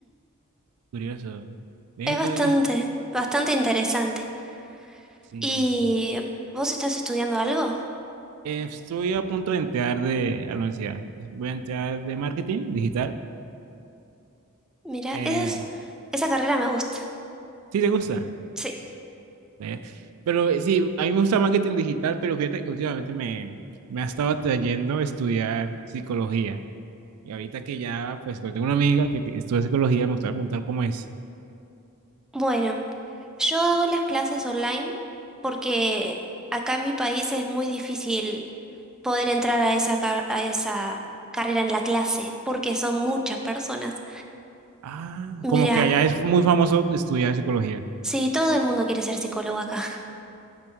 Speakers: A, on the right; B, in the centre.
A: curioso. Ven,
B: Es bastante,
A: que alguien-
B: bastante interesante.
A: Sí,
B: ¿Y
A: sí, sí.
B: vos estás estudiando algo?
A: Eh, estoy a punto de entrar de, a la universidad. Voy a entrar de marketing digital.
B: Mira,
A: Eh,
B: esa, es- esa carrera me gusta.
A: ¿sí te gusta?
B: Sí.
A: Eh, pero eh, sí, a mí me gusta marketing digital, pero fíjate, últimamente me, me ha estado atrayendo estudiar psicología. Y ahorita que ya, pues, tengo una amiga que te- estudia psicología, me gusta preguntar cómo es.
B: Bueno, yo hago las clases online porque acá en mi país es muy difícil. poder entrar a esa, car- a esa carrera en la clase, porque son muchas personas.
A: Ah,
B: Mira,
A: como que allá es muy famoso estudiar psicología.
B: si todo el mundo quiere ser psicólogo acá, <laughs>